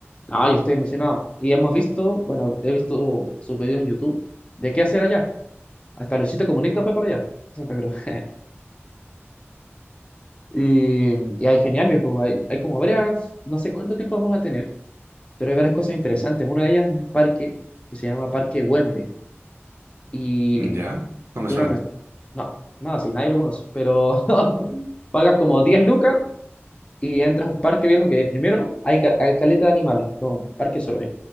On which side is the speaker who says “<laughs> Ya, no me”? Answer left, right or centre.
Right